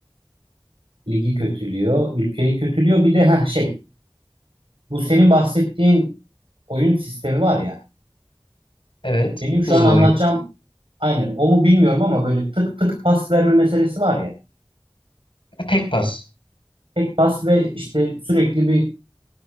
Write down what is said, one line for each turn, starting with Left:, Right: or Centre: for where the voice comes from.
Right: Ligi kötülüyor, ülkeyi kötülüyor. Bir de ha şey, bu senin bahsettiğin oyun sistemi var ya.
Left: Evet,
Right: Benim şu
Left: hızlı
Right: an anlatacağım
Left: oyun.
Right: aynen o mu bilmiyorum ama böyle tık tık pas verme meselesi var ya.
Left: E, Tek pas.
Right: Tek pas ve işte sürekli bir